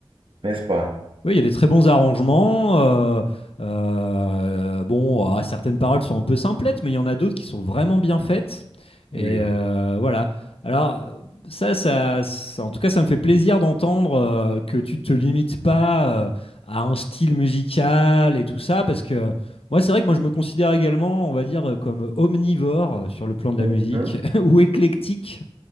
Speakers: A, on the right (about 60°); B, on the left (about 70°).
A: N'est-ce pas?
B: Oui, il y a des très bons arrangements. euh, euh, bon, ah, certaines paroles sont un peu simplettes, mais il y en a d'autres qui sont vraiment bien faites. Et
A: Oui.
B: euh, voilà. Alors, euh, ça, ça, ça- en tout cas, ça me fait plaisir d'entendre euh, que tu te limites pas euh, à un style musical et tout ça, parce que moi, c'est vrai que moi, je me considère également, on va dire, euh, comme omnivore euh, sur le plan de la
A: Mhm.
B: musique, <laughs> ou éclectique.